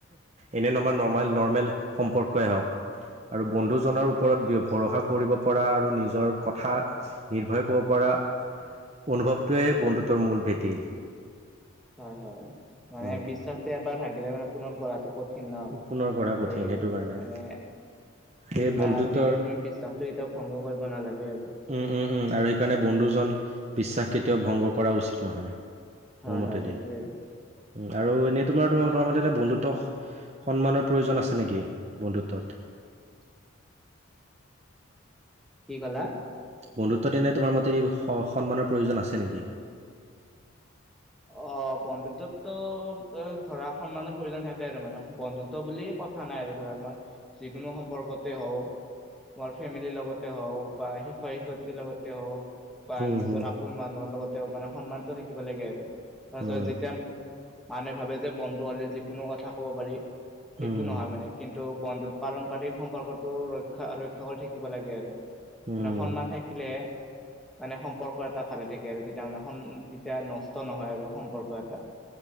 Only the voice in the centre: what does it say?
উম
হয়, হয়। মানে
বিশ্বাসটো এবাৰ ভাগিলে মানে পুনৰ গৰাটো ক কঠিন।
সেয়ে,
মানে
বিমা
আৰু সেয়ে তুমি বিশ্ব এতিয়া ভংগ কৰিব নালাগে। আৰু
হয়,
হয় সেইটোৱে।
<unintelligible> কি কলা?
অ, বন্ধুত্ব তো এ ধৰা সন্মানৰ প্ৰয়োজন থাকে, আৰু মানে। বন্ধুত্ব বুলি ক কথা নাই আৰু ধৰা তোমাৰ যিকোনো সম্পৰ্কতে হওঁক মোৰ ফেমিলিৰ লগতে হওক বা শিক্ষক শিক্ষয়িত্ৰীৰ লগতে হওক বা
নিজৰ
আপোন মানুহৰ লগতে মানে সন্মানত থাকিব লাগে আৰু। তাৰপিছত
যেতিয়া মানুহে ভাবে যে বন্ধু হলে যিকোনো কথা কব পাৰি। সেইটো
নহয় মানে কিন্তু। টো বন্ধুত পাৰম্পৰিক সম্পৰ্কতটো ৰক্ষা ৰক্ষা কৰি থাকিব লাগে আৰু।
মানে সন্মান থাকিলে মানে সম্পৰ্ক এটা ভালে থাকে আৰু তেতিয়া মানে তেতিয়া নষ্ট নহয়। হয় আৰু সম্পৰ্ক এটা।